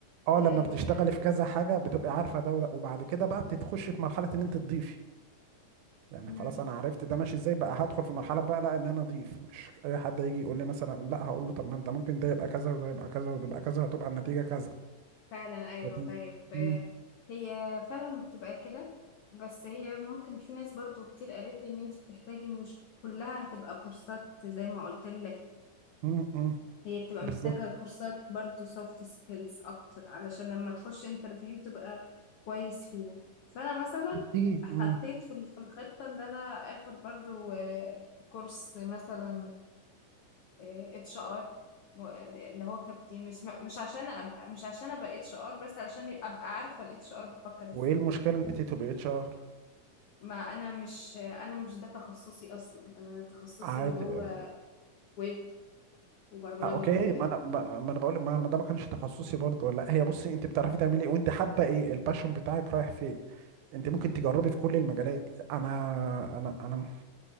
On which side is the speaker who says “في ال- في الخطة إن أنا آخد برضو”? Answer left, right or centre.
Left